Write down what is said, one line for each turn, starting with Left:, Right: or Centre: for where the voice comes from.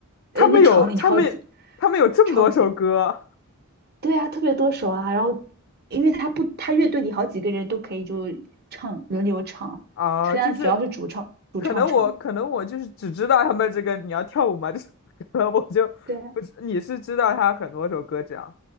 Right: 哎，
Left: 他们有他们他们有这么多首歌
Right: 那场里超级超级，对啊，特别多首啊，然后因为他不，他乐队里好几个人都可以就唱轮流唱，
Left: 啊，
Right: 虽然主要是主唱主唱唱。
Left: 就是可能我可能我就是只知道他们这个你要跳舞吗这首歌，我就不知你是知道他很多首歌这样。
Right: 对啊，